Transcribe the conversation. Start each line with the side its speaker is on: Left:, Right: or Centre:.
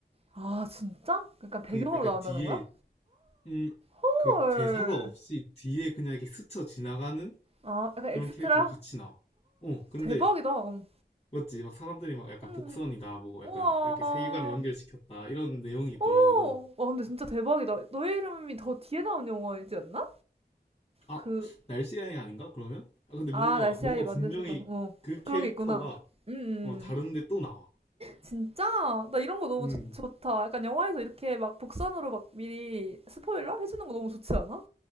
Right: 아, 진짜? 그러니까 배경으로
Left: 그 약간
Right: 나온다는
Left: 뒤에,
Right: 거야?
Left: 음,
Right: 헐.
Left: 그 대사가 없이 뒤에 그냥 이렇게 스쳐 지나가는
Right: 아, 약간
Left: 그런
Right: 엑스트라?
Left: 캐릭터로 같이 나와. 어, 근데
Right: 대박이다. 어.
Left: 맞지? 막 사람들이 막 약간
Right: 음.
Left: 복선이다, 뭐
Right: 우와.
Left: 약간 이렇게 세계관을 연결시켰다, 이런 내용이 있더라고.
Right: 오. 와, 근데 진짜 대박이다. 너의 이름이 더 뒤에 나온 영화이지 않나?
Left: 아,
Right: 그,
Left: 날씨 여행 아닌가? 그러면? 아, 근데
Right: 아,
Left: 뭔가,
Right: 날씨
Left: 뭔가
Right: 아이 만들
Left: 분명히
Right: 수도. 어.
Left: 그 캐릭터가
Right: 그런 게 있구나. 음, 음. 음.
Left: 어, 다른데 또 나와.
Right: 진짜? 나 이런 거 너무
Left: 음.
Right: 좋, 좋다. 약간 영화에서 이렇게 막 복선으로 막 미리 스포일러 해주는 거 너무 좋지 않아?